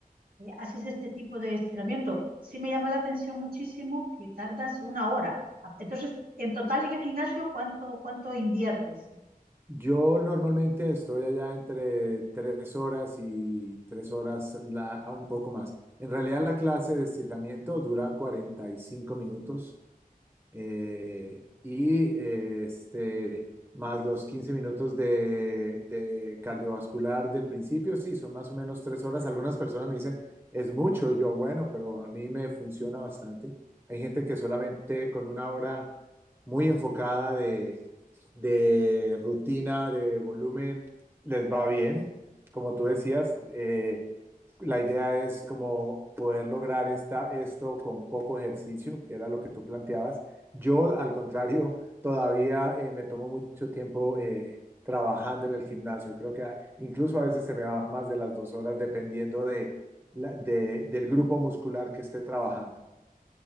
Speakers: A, on the right; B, on the right.
A: eh, haces este tipo de estiramiento. Sí me llama la atención muchísimo que tardas una hora. Ah, Entonces, en total en el gimnasio, ¿cuánto, cuánto inviertes?
B: Yo normalmente estoy allá entre tres horas y tres horas la- a un poco más. En realidad la clase de estiramiento dura cuarenta y cinco minutos Eh, y eh, este, más los 15 minutos de, de cardiovascular del principio, sí, son más o menos tres horas. Algunas personas me dicen, es mucho, y yo, bueno, pero a mí me funciona bastante. Hay gente que solamente con una hora muy enfocada de, de rutina, de volumen, les va bien. Como tú decías, eh, la idea es como poder lograr esta, esto con poco ejercicio, que era lo que tú planteabas, yo, al contrario, todavía eh, me tomo mucho tiempo eh, trabajando en el gimnasio. Creo que a- incluso a veces se me van más de las dos horas dependiendo de, la- de- del grupo muscular que esté trabajando.